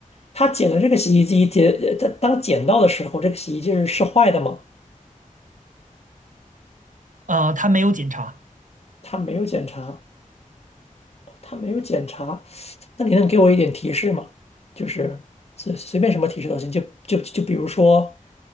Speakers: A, on the left (about 50°); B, on the right (about 65°).
A: 他捡了这个洗衣机，捡呃他当捡到的时候，这个洗衣机是是坏的吗？
B: 呃，他没有检查。
A: 他没有检查，哦他没有检查，那你能给我一点提示吗？就是随随便什么提示都行，就就就比如说，